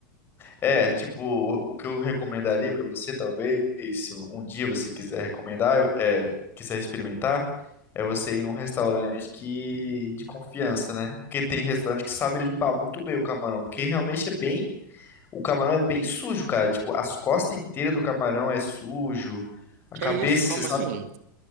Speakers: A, on the left; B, on the right.
A: é, tipo, o, o que eu recomendaria pra você, talvez, se um dia você quiser recomendar, é, quiser experimentar, é você ir num restaurante que de confiança, né? Porque tem restaurante que sabe limpar muito bem o camarão, porque realmente é bem O camarão é bem sujo, cara. Tipo, as costas inteiras do camarão é sujo. A
B: Que
A: cabeça,
B: é isso? Como
A: você sabe.
B: assim?